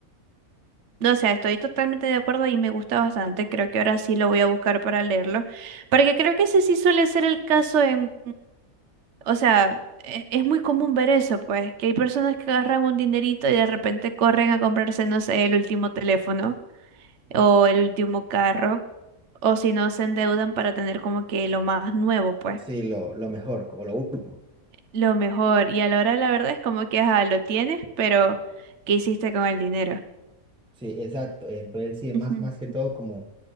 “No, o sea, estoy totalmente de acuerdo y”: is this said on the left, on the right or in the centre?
Right